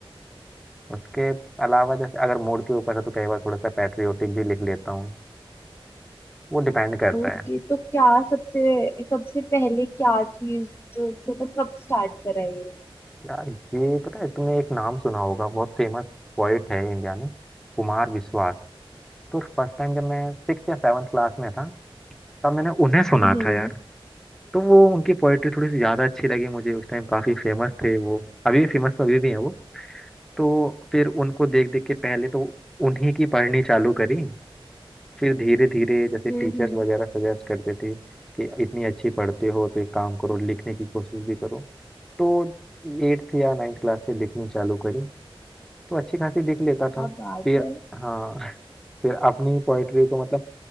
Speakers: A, in the centre; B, on the left (about 25°).
A: उसके अलावा जैसे अगर मूड के ऊपर है तो कई बार थोड़ा सा पैट्रियोटिक भी लिख लेता हूँ वो डिपेंड करता
B: ओके
A: है
B: तो क्या सबसे सबसे पहले क्या चीज जो मतलब कब स्टार्ट कराई है
A: यार ये पता है तुमने एक नाम सुना होगा बहुत फेमस पोइट है इंडिया में कुमार विश्वास तो फर्स्ट टाइम जब मैं सिक्स या सेवन्थ क्लास में था तब मैंने उन्हें सुना
B: हम्म
A: था यार तो वो उनकी पोइट्री थोड़ी सी ज़्यादा अच्छी लगी मुझे उस टाइम काफ़ी फेमस थे वो अभी फेमस तो अभी भी हैं वो तो फिर उनको देख देख के पहले तो उन्हीं की पढ़नी चालू करी फिर धीरे धीरे जैसे टीचर्स
B: हम्म
A: वगैरह सजेस्ट करते थे कि इतनी अच्छी पढ़ते हो तो एक काम करो लिखने की कोशिश भी करो तो एट्थ या नाइन्थ क्लास से लिखनी चालू करी तो अच्छी खासी लिख लेता
B: क्या
A: था
B: बात
A: फिर
B: है
A: हाँ <laughs> फिर अपनी पोइट्री को मतलब